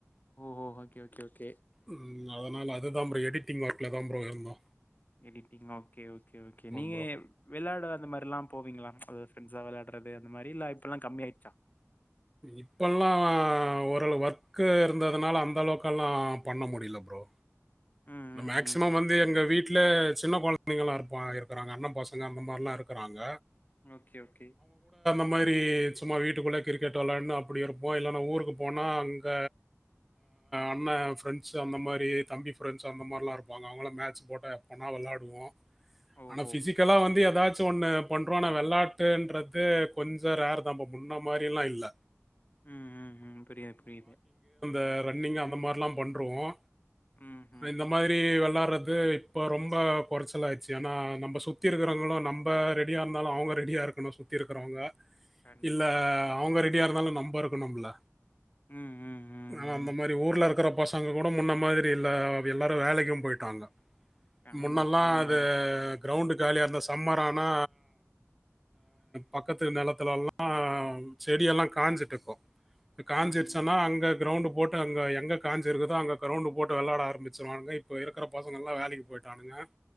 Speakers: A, on the left; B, in the centre.
A: ஓஹோ ஓகே ஓகே ஓகே
B: ம். அதனால அதுதான் ப்ரோ எடிட்டிங் ஒர்க்ல தா ப்ரோ இருந்தோ
A: எடிட்டிங் ஓகே ஓகே ஓகே நீ
B: ப்ரோ.
A: விளாயட அத மாரிலா போவீங்ளா அது ஃபிரண்ஸா விளாயாடறது அந்த மாரி இல்லா இப்பல்லா கம்மியாயிருச்சா
B: இப்பல்லா ஒரளவுக்கு ஒர்க்கு இருந்ததுனால அந்த அளவுக்கெல்லா பண்ண முடில ப்ரோ
A: ம் ம்
B: மேக்சிமம்
A: ம்
B: வந்து எங்க வீட் வீட்ல சின்ன கொழந்தைங்கல்லாம் இருப்பாங்க இருக்கிறாங்க அண்ணன் பசங்க அந்த மாரில்லாம் இருக்கிறாங்க
A: ஓகே ஓகே
B: அந்த மாரி சும்மா வீட்டுக்குள்ள கிரிக்கெட் வெளையாடனு அப்பிடி இருப்போம் இல்லன்னா ஊருக்கு போனா அங்க அண்ணன் ஃப்ரெண்ட்ஸ் அந்த மாரி தம்பி ஃப்ரெண்ட்ஸ் அந்த மாரில்லாம் இருப்பாங்க அவுங்கள மேட்ச் போட்டா நல்லா வெளாயாடுவோம்
A: ஓஹோ
B: ஆனா பிசிக்கலா வந்து எதாச்சு ச்சு ஒண்ணு பண்றோ ஆனா வெளாட்டுன்றது கொஞ்சோ ரேருதா இப்ப முன்ன மாரி எல்லா இல்ல
A: ம் ம் ம் புரியுது புரியுது
B: அ ரன்னிங் அந்த மாரிலா பண்றோம்
A: ம் ம்
B: இந்த மாதிரி வெளாடுறது இப்போ ரொம்ப கொறச்சல் ஆயிடுச்சு ஆனா நம்ம சுத்தி இருக்குறவங்களு நம்ம ரெடியா இருந்தாலு அவங்க ரெடியாக இருக்கணு சுத்தி இருக்குறவங்க
A: கண்டிப்பா
B: இல்ல அவங்க ரெ டியா இருந்தாலு நம்ப இருக்கனும்ல
A: ம் ம் ம்
B: ஆனா அந்த
A: ம்
B: மாரி ஊர்ல இருக்கற பசங்க கூட முன்ன மாதிரி இல்ல எல்லாரு வேலைக்கும் போயிட்டாங்க முன்னெல்லா
A: ஆமா சொன்ன
B: அது
A: மாரி
B: கிரௌண்டு காலியாருந்தா சம்மர் ஆனா பக்கத்து ஆ நெலத்துலல்லா செடியெல்லா காஞ்சிட்டு இருக்கோ காஞ்சிடுச்சன்னா
A: ம் ம்
B: அங்க கிரௌண்டு போட்டு அங்க எங்க காஞ்சு இருக்குதோ அங்க கிரவுண்ட் போட் வெளையாட ஆரம்பிச்சுருவாங்க இப்ப இருக்க பசங்கலா வேலைக்கு போயிட்டானுங்க